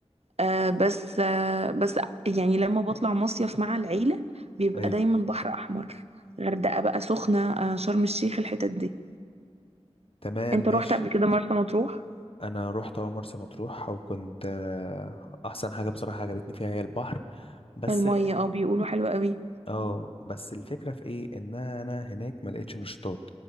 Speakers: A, on the right; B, on the left.
A: آه بس آه بس يعني لما بطلع مصيف مع العيلة بيبقى
B: ايوه
A: دايما بحر احمر غردقة بقى سخنة آه شرم الشيخ الحتت دي
B: تمام
A: انت
B: ماشي
A: رحت قبل كده مرسى مطروح
B: انا رحت اول مرسى مطروح وكنت آه، احسن حاجه بصراحه عجبتني فيها هي البحر بس
A: المية اه بيقولوا حلوة قوي
B: اه بس الفكره في ايه ان انا هناك ما لقيتش نشاطات